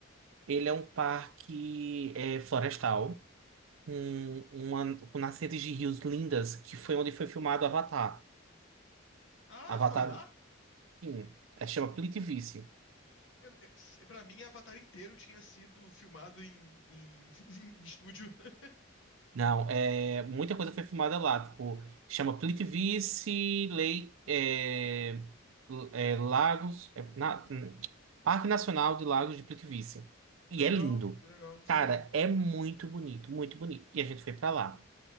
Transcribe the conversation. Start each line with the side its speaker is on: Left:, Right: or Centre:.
Right: Ele é um parque é, florestal. com, uma, com nascentes de rios lindas, que foi onde foi filmado Avatar.
Left: Ah,
Right: Avatar,
Left: foi lá?
Right: sim, é, chama Plitvice.
Left: Eu, eu- pra mim, Avatar inteiro tinha sido filmado em, em, <laughs> em estúdio. <laughs>
Right: Não, é, muita coisa foi filmada lá, tipo, chama Plitvice, Lei, é, L- é, Lagos, é, na- hum, Parque Nacional de Lagos de Plitvice.
Left: Que
Right: E
Left: legal,
Right: é lindo.
Left: que legal, não
Right: Cara,
Left: sabia não.
Right: é muito bonito, muito bonito. E a gente foi pra lá.